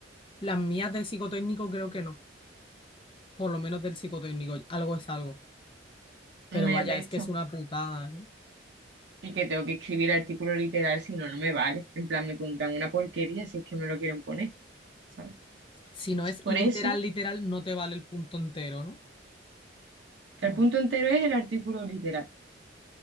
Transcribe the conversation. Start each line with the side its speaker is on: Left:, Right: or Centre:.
Left: las mías del psicotécnico creo que no. Por lo menos del psicotécnico, algo es algo. Pero
Right: me
Left: vaya,
Right: resta.
Left: es que es una putada, ¿eh?
Right: Y que tengo que escribir artículo literal, si no, no me vale. En plan, me pondrán una porquería si es que me lo quieren poner. ¿sabes?
Left: Si no es
Right: Por
Left: literal,
Right: eso
Left: literal, no te vale el punto entero, ¿no?
Right: El
Left: Vale.
Right: punto entero es el artículo literal.